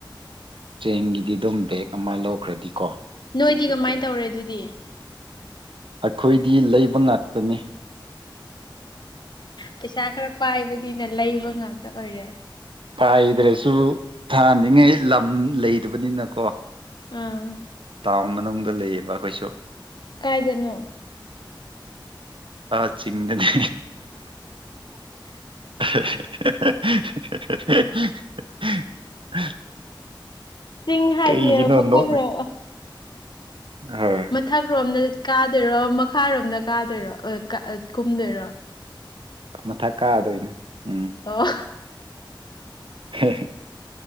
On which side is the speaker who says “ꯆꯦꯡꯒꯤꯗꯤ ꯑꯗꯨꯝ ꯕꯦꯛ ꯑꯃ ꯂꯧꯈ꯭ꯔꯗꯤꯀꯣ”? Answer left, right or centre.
Right